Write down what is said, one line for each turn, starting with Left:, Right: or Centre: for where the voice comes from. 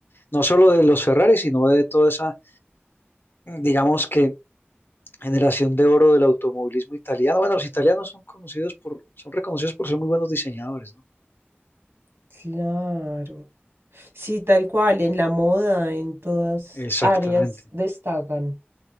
Left: no solo de los Ferrari, sino de toda esa, digamos que, generación de oro del automovilismo italiano. Bueno, los italianos son conocidos por, son reconocidos por ser muy buenos diseñadores, ¿no?
Right: claro. Sí, tal cual, en la moda, en todas
Left: Exactamente.
Right: áreas destacan.